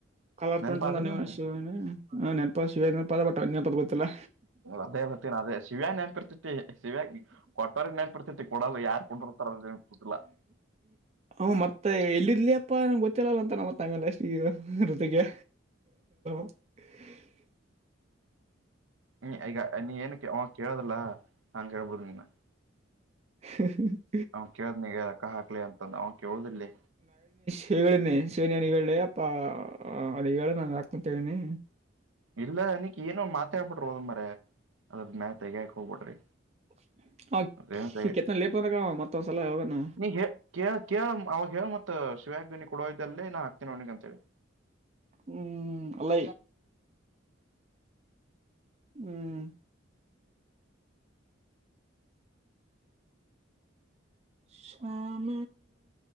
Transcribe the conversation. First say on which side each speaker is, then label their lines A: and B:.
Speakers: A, on the right; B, on the right.
A: ಕಲರ್
B: ನೆನ್ಪಾದಿಲ್ಲ
A: ಪ್ರಿಂಟ್ ತಂದಾನಿವ
B: ನೀ
A: ಶಿವ ನೆನಪ ಶಿವ ನೆನಪ <unintelligible> ಪದ ಗೊತ್ತಿಲ್ಲ.
B: ಹೊ ಅದೇ ಬತಿನ ಅದೇ ಶಿವ ಹ್ಯಾಗ್ ನೆನ್ಪಿಡ್ತತಿ ಶಿವ ಕೊಟ್ಟವರಿಗ್ ನೆನ್ಪಿರ್ತೈತಿ. ಕೊಡಲ್ಲ ಯಾರ್ ಕೊಟ್ಟಿರ್ತಾರ ಅವ್ರಿಗ್ ನೆನ್ಪಿರ್ತೈತಿಲ್ಲ
A: ಅವ ಮತ್ತೆ ಇಲ್ಲಿ ಎಲ್ಲಿ ಅಪ್ಪ ನಂಗೆ ಗೊತ್ತಿಲ್ಲಲ್ಲ ಅಂತಾನ ಮತ್ ಹಂಗಂದ್ರೆ <unintelligible> <unintelligible>
B: ಹ್ಮ್ ಈಗ ನೀ ಏನಕ್ಕೆ ಅವ ಕೇಳೋದಲ್ಲ ನಾ ಕೇಳ್ಬೋದು ನಿನ್ನ.
A: ಹ <unintelligible>
B: ಅವ ಕೇಳದ್ನಾ ಈಗ ರಕ್ಕ ಹಾಕ್ಲಿ ಅಂತಂದು ಅವ ಕೇಳುದಿಲ್ಲಲೆ.
A: ಕೇಳಿದ್ನೆ ಶಿವನಿಗೆ ಇವ್ನಿಗ್ ಹೇಳ್ಲೆ ಯಪ್ಪಾ ಅವನಿಗ್ ಹೇಳಿ ನಂಗ್ ಹಾಕ್ತೀನಿ ತಗನಿ.
B: ಇಲ್ಲ ಅನಕ್ ಏನೋ ಮಾತಾಡ್ಬಿಡ್ರಿ ಹೋಗ್ ಮಾರಾಯ ಅದ್ರ ಮ್ಯಾಲ್ ತೆಗ್ಯಾಕ್ ಹೋಗ್ಬಡ್ರಿ.
A: <inaudible>
B: ಅದೇಂತ
A: ಕೆತ್ತನ ಲೇಪ ಅಂದಾಗ ಮತ್ತೊಂದ್ಸಲ ಯಾವಾಗನ
B: ನೀ ಹೇ ಕೆ ಕೇಳು ಅವಾಗ ಹೇಳು ಮತೆ ಶಿವಾಗ್ ಬಿನಿ. ಕುಡೋದಲ್ಲಿ ನಾ ಹಾಕ್ತೀನಿ ಅವನಿಗಂತ ಹೇಳಿ.
A: ಹ್ಮ್ ಅಲ್ಲ ಹ್ಮ್. ಶಾಮ.